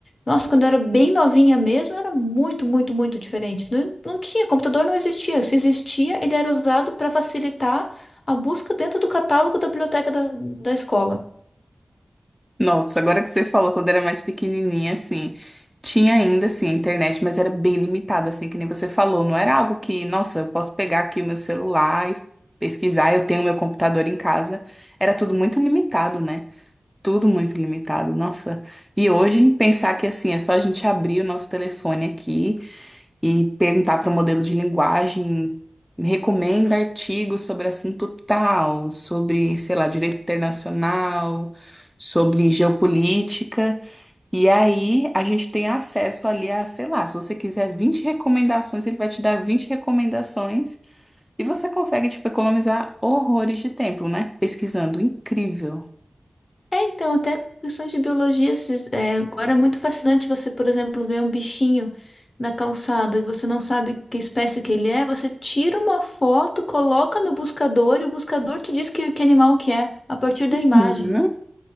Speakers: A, on the left (about 50°); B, in the centre.
A: Nossa, quando eu era bem novinha mesmo, era muito, muito, muito diferente. Não, não tinha, computador não existia. Se existia, ele era usado para facilitar a busca dentro do catálogo da biblioteca da da escola.
B: Nossa, agora que você fala, quando era mais pequenininha, assim, tinha ainda, assim, a internet, mas era bem limitada, assim, que nem você falou. Não era algo que, nossa, eu posso pegar aqui o meu celular e pesquisar, eu tenho meu computador em casa. Era tudo muito limitado, né? Tudo muito limitado, nossa. E hoje, pensar que, assim, é só a gente abrir o nosso telefone aqui e perguntar para o modelo de linguagem, recomenda artigos sobre assunto tal, sobre, sei lá, direito internacional, sobre geopolítica. E aí a gente tem acesso ali a, sei lá, se você quiser 20 recomendações, ele vai te dar 20 recomendações e você consegue, tipo, economizar horrores de tempo, né? Pesquisando. Incrível.
A: É, então, até questões de biologia, esses- é, agora é muito fascinante você, por exemplo, ver um bichinho na calçada e você não sabe que espécie que ele é, você tira uma foto, coloca no buscador e o buscador te diz que, que animal que é, a partir da imagem.
B: Uhum.